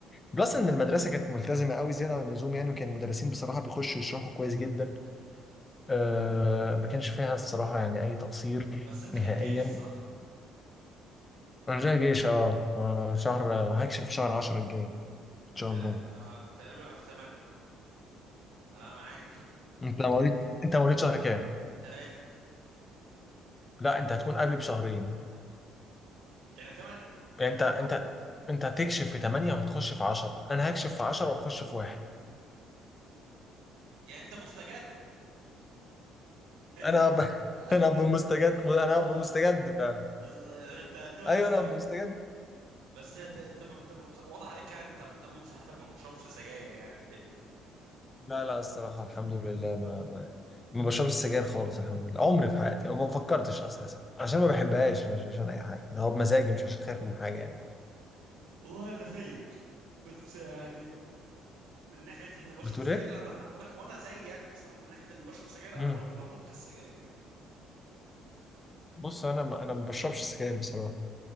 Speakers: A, on the left (about 25°); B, on the right (about 85°).
A: بلس ان المدرسه كانت ملتزمه قوي زياده عن اللزوم يعني وكان المدرسين بصراحه بيخشوا يشرحوا كويس جدا آه ما كانش فيها الصراحه يعني اي تقصير
B: بس انت
A: نهائيا
B: ليك جيش صح
A: رجاء جيش اه آه، شهر هكشف في شهر 10 الجاي ان شاء
B: تقريبا
A: الله
B: آه، تقريبا أنا في تمانية انا معاك
A: انت مواليد انت مواليد شهر كام؟
B: تلاتة
A: لا انت هتكون قبلي بشهرين
B: يعني تمانية
A: يعني انت انت انت هتكشف في 8 وهتخش في 10 انا هكشف في 10 واخش في واحد
B: يعني انت مستجد <laughs>
A: انا
B: يا-
A: ب... <laughs> انا ابقى مستجد
B: ده
A: انا ابقى مستجد فعلا
B: ده- انت هتبقى
A: ايوه
B: مستجد
A: انا ابقى مستجد
B: بس انت أنت ما بت- ما بت- واضح عليك يعني انت مهتم بصحتك ما بتشربش سجاير يعني وكده
A: لا لا الصراحة الحمد لله ما ما ما بشربش سجاير خالص الحمد لله عمري في حياتي أو ما فكرتش أساسا عشان ما بحبهاش مش عشان أي حاجة أنا هو بمزاجي مش عشان خايف من حاجة يعني
B: والله انا زيك بس يعني من ناحية اني بشرب
A: بتقول
B: سجاير
A: إيه؟
B: لا انا بقول لك وانا زيك بس انا من ناحية اني بشرب سجاير
A: مم.
B: انا بش- بموت في السجاير يعني
A: بص أنا ما أنا ما بشربش سجاير بصراحة